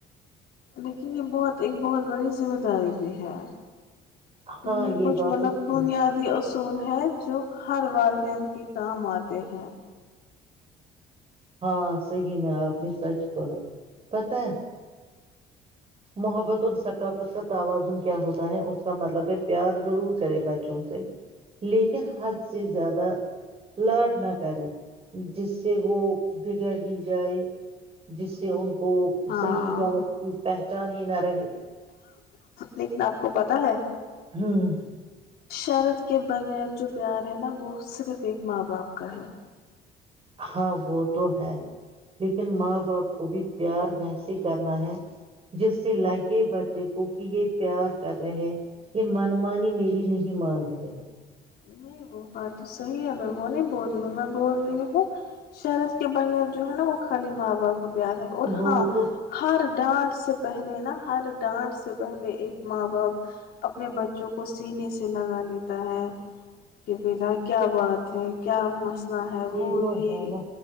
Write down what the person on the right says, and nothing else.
ہاں
بات
تو تھی
ہاں صحی میں اپپنی سچ بولا پتاہ محبت اور ثقافت کا توازن کیا ہوتا ہے اس کا مطلب ہے پیار ضرور کرے بچوں سے لیکن حد سے زیادہ لاڈ نہ کرے جس سے وہ بگڑ ہی جائے جس سے ان کو
ص سے ہی کیا ل پہچان ہی نہ رہے
ہوں
ہاں وہ تو ہے لیکن ماں باپ کو بھی پیار ویسے کرنا ہے جس سے لگے بچے کو کہ یہ پیار کر رہے ہیں یہ من مانی میری نہیں مان رہے ہیں
وہ
تو
یہ
تو
ہے نا